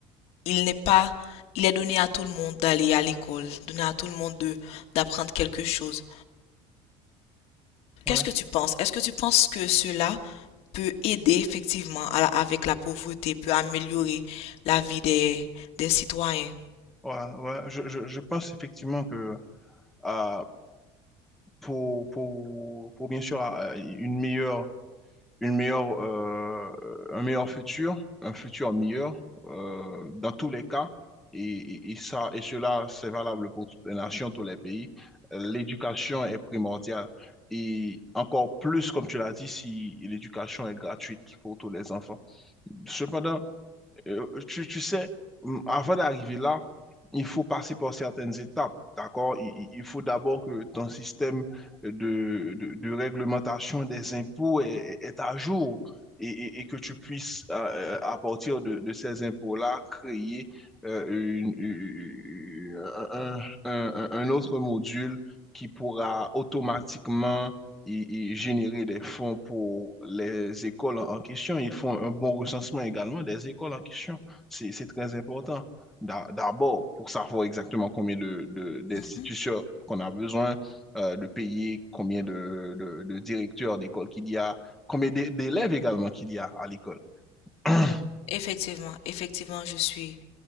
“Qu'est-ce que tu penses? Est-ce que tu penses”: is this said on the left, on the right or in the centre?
Left